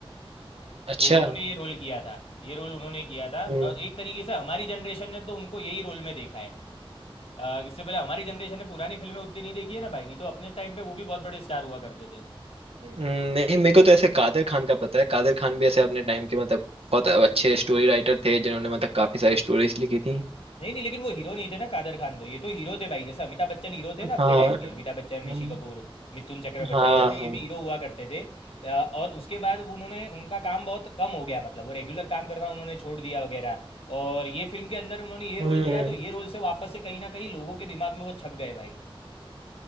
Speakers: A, on the right (about 85°); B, on the left (about 75°).
A: अच्छा
B: तो उन्होंने ये रोल किया था ये रोल उन्होंने किया था अ,
A: हम्म
B: एक तरीके से हमारी जनरेशन ने तो उनको यही रोल में देखा है अ, इससे पहले हमारी जनरेशन ने पुरानी फिल्में उतनी नहीं देखी है ना भाई नहीं तो अपने टाइम पे वो भी बहुत बड़े स्टार हुआ करते थे
A: हम्म, नहीं मेरे को तो ऐसे कादर खान का पता है कादर खान भी ऐसे अपने टाइम के मतलब बहुत अच्छे स्टोरी राइटर थे जिन्होंने मतलब काफी सारी स्टोरीज लिखी थी
B: नहीं नहीं लेकिन वो हीरो नहीं थे ना कादर खान तो ये तो हीरो थे भाई जैसे अमिताभ बच्चन हीरो थे ना अपने
A: हाँ
B: टाइम
A: हाँ
B: के अमिताभ बच्चन ऋषि कपूर मिथुन चक्रवर्ती
A: हाँ
B: वैसे ये भी हीरो हुआ करते थे अ, और उसके बाद उन्होंने उनका काम बहुत कम हो गया मतलब वो रेगुलर काम करना उन्होंने छोड़ दिया वगैरह और ये फिल्म के अंदर उन्होंने ये
A: हम्म
B: रोल किया तो ये रोल से वापस से कहीं ना कहीं लोगों के दिमाग में वो छप गए भाई